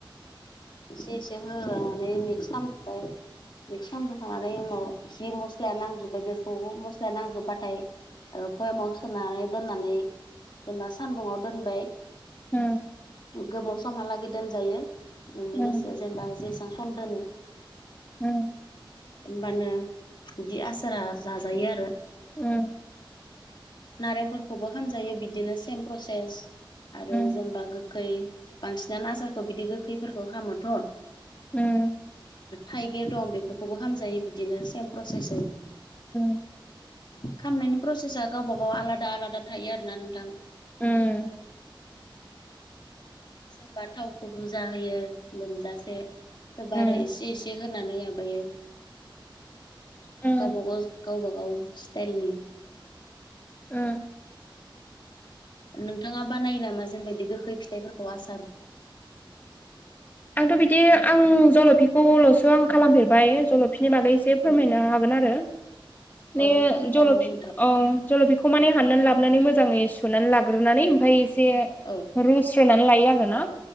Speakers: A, on the left; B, on the left.
A: एसे एसे होनानै मिक्स खालामजोबबाय, मिक्स खालामजोबखांनानै उनाव जि मस्लाया नांजोबबाय बेखौ मस्लाया नांजोबबाथाय, ओ बयेमाव सोनानै दोननानै जेनेबा सानदुङाव दोनबाय,
B: उम
A: गोबाव समहालागै दोनजायो नोंनि
B: उम
A: गोसोआ जेनेबा जेसां, सम दोनो,
B: उम
A: होमबानो बिदि आसारा जाजायो आरो
B: औ
A: नारेंफोरखौबो खालाम जायो बिदिनो सेम प्रसेस आरो
B: उम
A: जेनेबा,
B: उम
A: जे बांसिनानो आजारखौ बिदि गोखैफोरखौ खालामोथ'
B: उम
A: थाइगिर दं बेफोरखौबो खामजायो बिदिनो सेम प्रसेसै,
B: उम
A: खामनायनि प्रसेसा गावबा गाव आलादा आलादा थायो आरोना नोंथां,
B: उम
A: सोरबा थावखौ बुरजा होयो लोमजासे, सोरबा
B: उम
A: आरो एसे एसे होनानै माबायो
B: उम
A: गावबा गाव गावबा औ इस्थालनि
B: ओम
A: नोंथाङा बानायो नामा जेनबा इदि गोखै फिथाइफोरखौ आसार,
B: आंथ' बिदि आं जल'फिखौल'सो आं खालामफेरबाय जलफ, फिनि बागै एसे
A: औ
B: फोरमायनो हागोन आरो माने
A: औ फोरमायजागोन
B: जलफ
A: दे नोंथां
B: औ जलफिखौ माने हाननानै लाबोनानै मोजाङै सुनानै लाब सुरुनानै ओमफाय एसे
A: औ
B: रुस्रोनानै लायो आरो ना